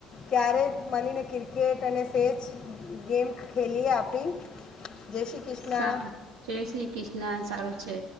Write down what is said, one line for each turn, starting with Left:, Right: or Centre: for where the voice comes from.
Left: ક્યારેક મનીને ક્રિકેટ અને સેચ ગેમ ખેલીએ આપણી જય શ્રી કૃષ્ણના.
Right: સારું જય શ્રી કૃષ્ણ સારું છે.